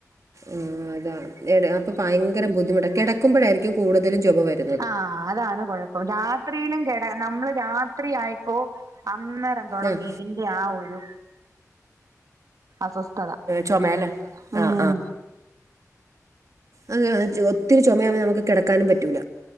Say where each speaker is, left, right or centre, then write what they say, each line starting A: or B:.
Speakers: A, on the right; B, on the right.
A: ആഹ് അതാ അപ്പൊ ഭയങ്കര ബുദ്ധിമുട്ട് കിടക്കുമ്പോഴായിരിക്കും കൂടുതലും ചുമ വര്
B: ആഹ് അതാണ് കുഴപ്പം രാത്രിയിലും കെട നമ്മള് രാത്രി ആയിപ്പോ അന്നേര തുടങ്ങും
A: ആഹ്
B: ഇതിന്റെ ആ ഒരു അസ്വസ്ഥത
A: ചൊമയല്ലേ
B: ഉം.
A: ആഹ് അങ്ങനാണ് ച് ഒത്തിരി ചുമയാമ്പോ നമുക്ക് കിടക്കാനും പറ്റൂല.